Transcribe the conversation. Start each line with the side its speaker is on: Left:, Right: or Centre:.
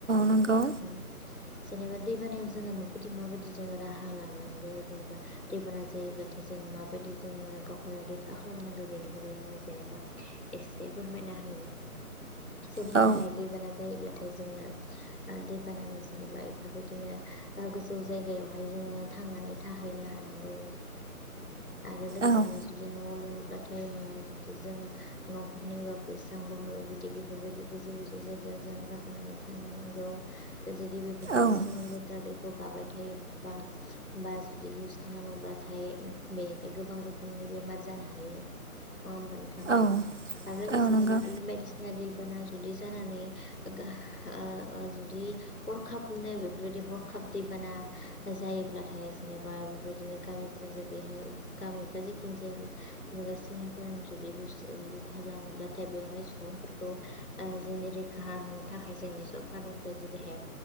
Right: नंगौ
Left: उम जेनेबा दैबानायाव जोङो माबायदि माबायदि जोङो राहा लानांगो जेनेबा दैबाना जायोब्लाथाय जों माबायदि जोङो गावखौनो रैखा खालामनांगो बेनि बागै आङो जेनेबा एसे फोरमायना हो जेरैहाय
Right: औ
Left: दैबाना जायोब्लाथाय जोङो ओ दैबानानि जेनेबा बेफोर बायदिनो गोजौ जायगायावहाय जोङो थांनानै थाहैनो हानाय नांगौ आरो लोगोसेनो
Right: औ
Left: जुदि न'आव लोमोबा थाय न'आव जुदि जोङो न'खरनि बा बैसां बा माबायदि बेफोरबायदि गोजौ गोजौ जायगायाव जों गाखोनानै थानांगौ जुदि बेफोर बायदि
Right: औ
Left: जों लेथ्रा दै खौ गाबाय थायो बा जुदि इउस खालामोबाथाय बेनिफ्राय गोबां रोखोम बेमार जानो हायो नङा होमबानो थां
Right: औ
Left: आरो लोगोसेनो
Right: औ नंगौ।
Left: बेफोरनो बायदिसिना दैबाना जुदि जानानै ओ ओ दि हरखाबनो बेफोरबायदि हरखाब दैबाना जायोब्लाथाय जेनेबा बेफोरदिनो गामिफोरा जेरैहाय गामि जेखिजाया नोगोर सोहोरनो जुदि बु खारलाङोब्लाथाय बेवहाय सुबुंफोरखौ जोंनि रैखा होनो थाखाय जोंनि सरखारनि फ्राय जेरैहाय